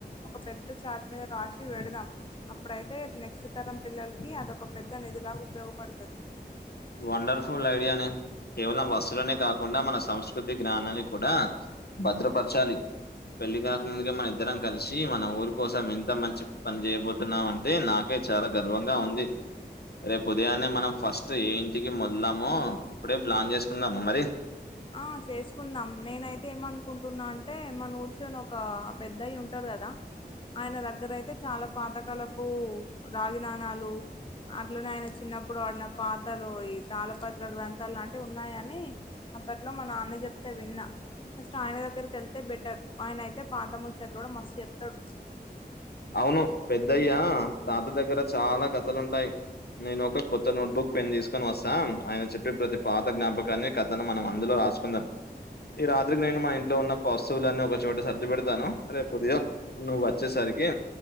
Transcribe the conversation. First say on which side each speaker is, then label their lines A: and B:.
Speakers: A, on the left; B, on the left.
A: ఒక పెద్ద చాట్ మీద రాసి పెడదాం అప్పుడైతే నెక్స్ట్ తరం పిల్లలకి అదొక పెద్ద నిధిలాగా ఉపయోగపడుతది
B: వండర్ఫుల్ ఐడియానే కేవలం వస్తుసులోనే కాకుండా మన సంస్కృతి జ్ఞానాన్ని కూడా భద్రపరచాలి పెళ్లి కాక ముందుగా మన ఇద్దరం కలిసి మన ఊరి కోసం ఎంత మంచి పని చేయబోతున్నామ్ అంటే నాకే చాలా గర్వంగా ఉంది రేపు ఉదయాన్నే మనం ఫస్ట్ ఏ ఇంటికి మొదలము ఇప్పుడే ప్లాన్ చేసుకుందామా మరి
A: ఆ చేసుకుందాం నేనైతే ఏమనుకుంటున్నా అంటే మా చివర్ణ ఒక పెద్దయి ఉంటారు కదా ఆయన దగ్గర అయితే చాలా పాతకాలపు రాగి నాణాలు అట్లనే ఆయన చిన్నప్పుడు ఆడిన పాత్రలు ఈ తాళపత్ర గ్రంథాలు అంటే ఉన్నాయని అప్పట్లో మా నాన్న చెప్తే విన్నా ఆయన దగ్గరికి వెళ్తే బెటర్ ఆయన అయితే పాత ముచ్చట్లు కూడా మస్తు చెప్తాడు
B: అవును పెద్దయ్యా తాత దగ్గర చాలా కథలుంటాయి నేను ఒక కొత్త నోట్బుక్ పెన్ తీసుకొని వస్తా ఆయన చెప్పే ప్రతి పాత జ్ఞాపకాన్ని కథన మనం అందులో రాసు కున్నాం ఈ రాత్రికి నేను మా ఇంట్లో ఉన్న పస్తువులన్నీ ఒకచోట సర్ది పెడతాను రేపు ఉదయం నువ్వు వచ్చేసరికి